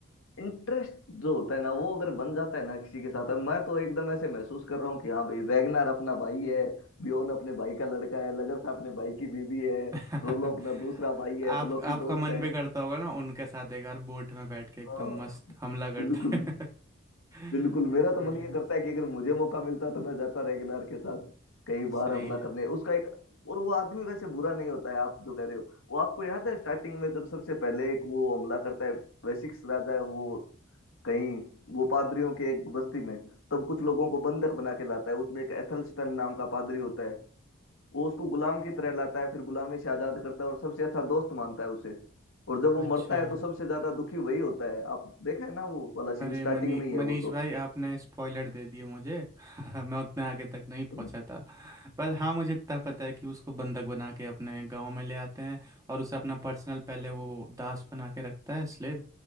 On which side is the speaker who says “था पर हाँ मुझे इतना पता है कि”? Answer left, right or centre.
Right